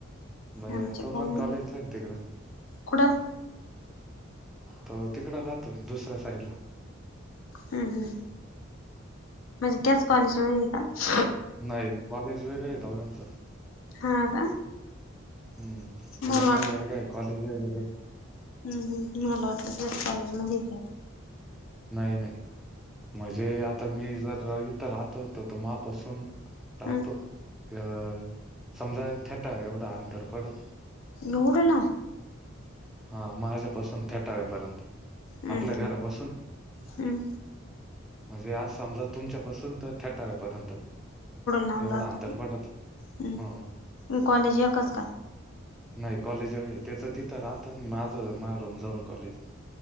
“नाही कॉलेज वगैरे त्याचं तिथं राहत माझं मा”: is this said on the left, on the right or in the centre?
Centre